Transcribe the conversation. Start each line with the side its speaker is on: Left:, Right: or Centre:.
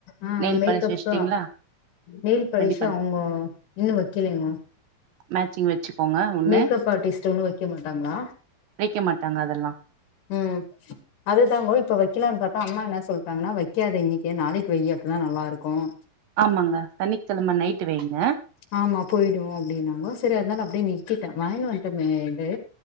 Left: ஆ
Right: நெயில்
Left: மெ
Right: பாலிஷ்
Left: அதுக்கப்றோ
Right: வச்சுட்டீங்களா
Left: நேல் பாலிஷ்
Right: ரெடி பண்
Left: அவுங்க இன்னு வைக்கலைங்க
Right: மேச்சிங் மேச் வச்சுக்கோங்க ஒண்ணு
Left: மேக்கப் ஆர்டிஸ்ட்ன்னு வைக்க மாட்டாங்களா
Right: வைக்க மாட்டாங்க அதெல்லா
Left: ம் அதுதாங்க இப்ப வைக்கலாம்னு பார்த்தா அம்மா என்ன சொல்லிட்டாங்கன்னா வைக்காத இன்னைக்கே நாளைக்கு வை அப்பதான் நல்லா இருக்கும்
Right: ஆமாங்க சனிக்கிக்கிழமை நைட்டு வைங்க
Left: ஆமா போய்டும் அப்டின்னாங்கோ சேர் அதனால அப்டியே நிற்திட்டேன் வாய்னு வன்ட்டோமே இது